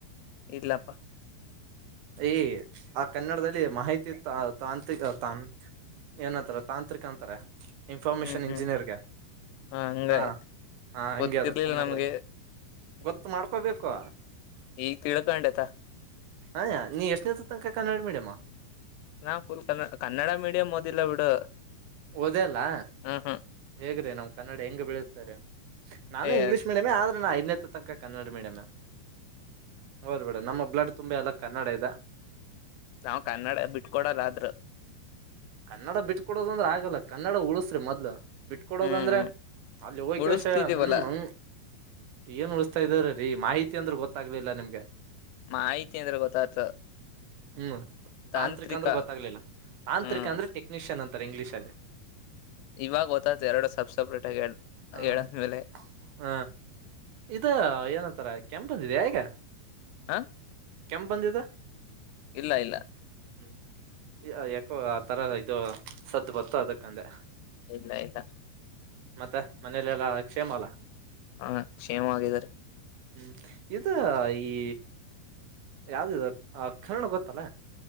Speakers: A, on the left (about 85°); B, on the right (about 65°).
A: ಇಲ್ಲಪ್ಪ
B: ಈ ಆ ಕನ್ನಡದಲ್ಲಿ ಮಾಹಿತಿ ತ.. ತಾಂತ್ರಿ.. ತ, ಏನಂತಾರೆ ತಾಂತ್ರಿಕ ಅಂತಾರ ಇನ್ಫಾರ್ಮೇಶನ್
A: ಹ್ಮ್ ಹ್ಮ್
B: ಇಂಜಿನಿಯರ್ಗೆ,
A: ಹ ಹಂಗ
B: ಹಾ ಹಾ ಹಂಗೆ
A: ಗೊತ್ತಿರ್ಲಿಲ್ಲ
B: ಅದು ಕನ್ನಡದಲ್ಲಿ
A: ನಮ್ಗೆ
B: ಗೊತ್ತು ಮಾಡ್ಕೊಬೇಕು
A: ಈಗ ತಿಳ್ಕಂಡೆ ತಾ
B: ಅಯ್ಯಾ ನೀ ಎಷ್ಟನೇ ತನಕ ಕನ್ನಡ ಮೀಡಿಯಂ
A: ನಾ ಫುಲ್ ಕನ್ನಡ ಮೀಡಿಯಂ ಓದಿಲ್ಲ ಬಿಡು
B: ಓದೇ ಇಲ್ಲಾ
A: ಹ್ಮ್ ಹ್ಮ್
B: ಹೇಗ್ರೀ ನಮ್ ಕನ್ನಡ ಹೆಂಗ್ ಬೆಳೆಯುತ್ತೆರಿ? ನಾನು
A: ಏ
B: ಇಂಗ್ಲೀಷ್ ಮೀಡಿಯಮೇ ಆದ ಐದ್ನೇದು ತನಕ ಕನ್ನಡ ಮೀಡಿಯಮೇ. ಓದ್ಬೇಡ ನಮ್ಮ ಬ್ಲಡ್ ತುಂಬಾ ಎಲ್ಲ ಕನ್ನಡ ಇದೆ
A: ನಾವ್ ಕನ್ನಡ ಬಿಟ್ಕೊಡಲ್ಲ ಆದ್ರ
B: ಕನ್ನಡ ಬಿಟ್ಕೊಡೋದಂದ್ರ ಆಗಲ್ಲ. ಕನ್ನಡ ಉಳಸ್ರಿ ಮೊದ್ಲು. ಬಿಟ್ ಕೊಡೋದಂದ್ರೆ
A: ಹ್ಮ್
B: ಅಲ್ಲಿ ಹೋಗಕಷ
A: ಉಳಿಸ್ತಿದೀವಲ್ಲ
B: ಹ್ಮ ನ ಏನ್ ಉಳಿಸತಾ ಇದಾರ ರೀ ಮಾಹಿತಿ ಅಂದ್ರೂ ಗೊತ್ತಾಗ್ಲಿಲ್ಲ ನಿಮ್ಗೆ
A: ಮಾಹಿತಿ ಅಂದ್ರೆ ಗೊತ್ತತ
B: ಹ್ಮ್
A: ತಾಂತ್ರಿಕ
B: ಅಂದ್ರೆ ಗೊತ್ತಾಗ್ಲಿಲ್ಲ ತಾಂತ್ರಿಕ
A: ಹ್ಮ
B: ಅಂದ್ರೆ ಟೆಕ್ನಿಷಿಯನ್ ಅಂತಾರೆ ಇಂಗ್ಲೀಷ ಅಲ್ಲಿ
A: ಇವಾಗ ಗೊತ್ತಾಯ್ತು ಎರಡು ಸಬ್ಸಪ್ರೇಟ್ ಆಗಿ
B: ಹ್ಮ್
A: ಹೇಳಾದ್ಮೇಲೆ
B: ಹ ಇದ ಏನಂತಾರ ಕೆಂಪ್ ಬಂದಿದೆ ಆ ಈಗ
A: ಹ
B: ಕಕೆಂಪಾದ ಇದು
A: ಇಲ್ಲ ಇಲ್ಲ
B: ಹ್ಮ್ ಯ ಆ ತರ ಇದು ಸದ್ದು ಬತ್ತು ಅದಕ್ಕಂದೆ
A: ಇಲ್ಲ ಇಲ್ಲ
B: ಮತ್ತ ಮನೇಲೆಲ್ಲಾ ಕ್ಷೇಮ ಅಲ್ಲ
A: ಹ ಕ್ಷೇಮ ಆಗಿದ್ದಾರೆ
B: ಹ್ಮ್ ಇ ಈ ಯಾವ್ದ ಆ ಕನ್ನಡ ಗೊತ್ತಲ್ಲ